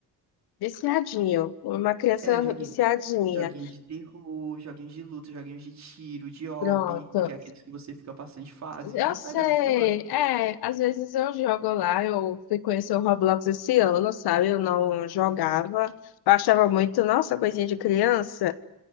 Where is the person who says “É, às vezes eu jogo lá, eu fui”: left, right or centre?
Left